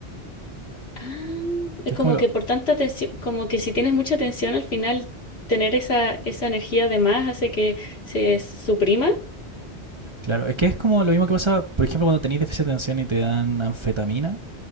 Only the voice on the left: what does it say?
Ah, es
como
que por tanta tensión, como que si tienes mucha tensión al final, tener esa, esa energía de más hace que se suprima.